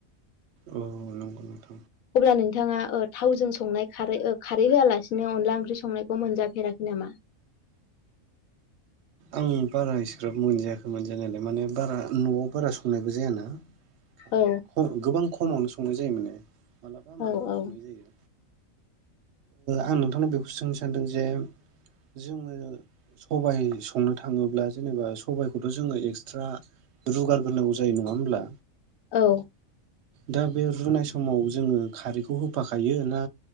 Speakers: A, on the right (about 60°); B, on the left (about 80°).
A: औ नंगौ नोंथां
B: अब्ला नोंथाङा थावजों संनाय खारै खारै होआलासिनो अनला ओंख्रि संनायखौ मोनजाफेराखै नामा
A: आं बारा एसेग्राब मोनजायाखै मोनजानायालाय माने बारा न'आव बारा संनायबो जायाना खालि
B: औ
A: गोबां खमावनो संनाय जायो माने मालाबा मालाब'
B: औ औ
A: संनाय जायो आं नोंथांनाव बेखौ सोंनो सानदों जे जोङो सबाय संनो थाङोब्ला जेनेबा सबायखौथ' जोङो एक्सट्रा रूगारग्रोनांगौ जायो नङा होमब्ला
B: औ
A: दा बे रुनाय समाव जोङो खारैखौ होफाखायो ना